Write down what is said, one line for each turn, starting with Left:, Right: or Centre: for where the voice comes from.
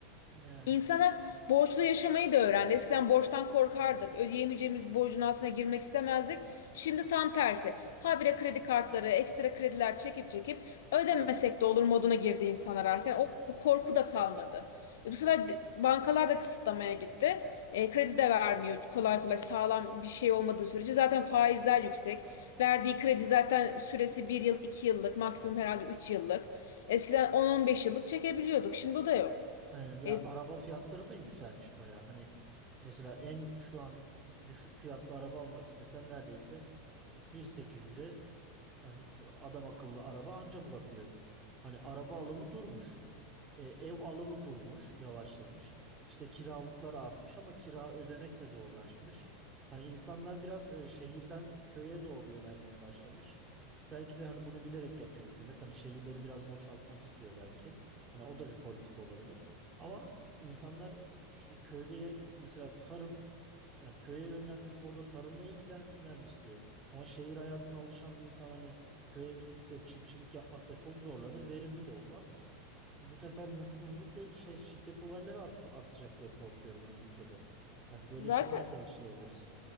Right: Yani.
Left: İnsanlar borçlu yaşamayı da öğrendi. Eskiden borçtan korkardık. Ödeyemeyeceğimiz borcun altına girmek istemezdik. Şimdi tam tersi. Habire kredi kartları, ekstra krediler çekip çekip ödemesek de olur moduna girdi insanlar artık. Yani o, o korku da kalmadı. E, bu sefer de- bankalar da kısıtlamaya gitti. E, kredi de vermiyor kolay kolay sağlam bir şey olmadığı sürece. Zaten faizler yüksek. Verdiği kredi zaten süresi bir yıl, 2 yıllık, maksimum herhalde 3 yıllık. Eskiden 10-15 yıllık çekebiliyorduk. Şimdi o da yok.
Right: Aynen. Ya
Left: E,
Right: araba fiyatları da yükselmiş bayağı. Hani mesela en şu an düşük fiyatlı araba almak istesen neredeyse 1.800'e Hani adam akıllı araba anca bulabiliyorsun. Hani araba alımı durmuş. E, ev alımı durmuş, yavaşlamış. İşte kiralıklar artmış ama kira ödemek de zorlaşmış. Hani insanlar biraz e, şehirden köye doğru yönelmeye başlamış. Belki de hani bunu bilerek yapıyor hükümet. Hani şehirleri biraz boşaltmak istiyor belki. Hani o da bir politika olabilir. Ama insanlar ş- köyde ya- mesela tarım yani köye yönlendirip orada tarımla ilgilensinler mi istiyor? Ama şehir hayatına alışan bir insan hani köye gidip de çiftçilik yapmakta çok zorlanır, verimli de olmaz. Bu sefer mutsuzluk ve şey şiddet olayları arttı, artacak diye korkuyorum hani ülkede. Yani böyle
Left: Zaten
Right: şeyler de yaşayabiliriz.